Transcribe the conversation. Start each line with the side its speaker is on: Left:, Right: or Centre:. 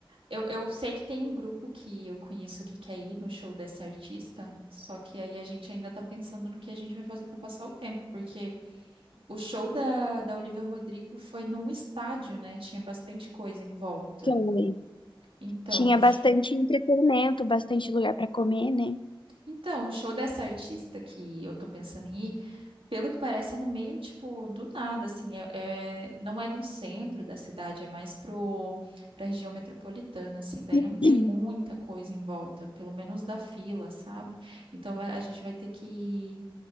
Right: eu, eu sei que tem um grupo que eu conheço que quer ir no show dessa artista, só que aí a gente ainda tá pensando no que a gente vai fazer pra passar o tempo, porque o show da, da Olivia Rodrigo foi num estádio, né? Tinha bastante coisa em volta.
Left: Foi.
Right: Então,
Left: Tinha
Right: o, sh-
Left: bastante entretenimento, bastante lugar pra comer, né?
Right: então, o show dessa artista que eu tô pensando em ir. pelo que parece, é no meio, tipo, do nada, assim, é, é- não é no centro da cidade, é mais pro, pra região metropolitana, assim, daí
Left: <clears throat>
Right: não tem muita coisa em volta, pelo menos da fila, sabe? Então vai- a gente vai ter que